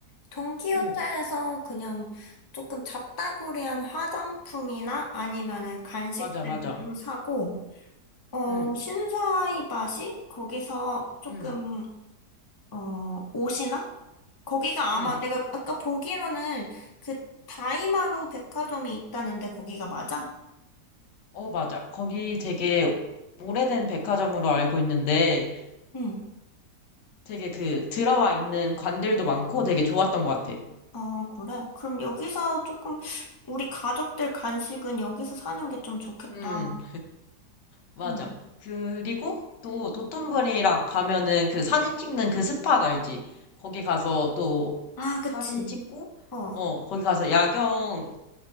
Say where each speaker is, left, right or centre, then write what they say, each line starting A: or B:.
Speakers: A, on the left; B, on the left.
A: 돈키호테에서
B: 응,
A: 그냥 조금 잡다구리한 화장품이나 아니면은 간식들도
B: 맞아, 맞아.
A: 좀 사고, 어,
B: 응,
A: 신사이바시? 거기서 조금
B: 응,
A: 어, 옷이나? 거기가
B: 응.
A: 아마 내가 아까 보기로는 그 다이마루 백화점이 있다는데 거기가 맞아?
B: 어, 맞아. 거기 되게 오래된 백화점으로 알고 있는데
A: 응.
B: 되게 그 들어와 있는 관들도 많고 되게 좋았던 것 같아.
A: 아, 그래? 그럼 여기서 조금 우리 가족들 간식은 여기서 사는 게 좀 좋겠다.
B: 음, 맞아.
A: 어.
B: 그리고 또 도톤부리라 가면은 그 사진 찍는 그 스팟 알지? 거기 가서 또
A: 아, 그치.
B: 사진 찍고,
A: 어.
B: 어, 거기 가서 야경,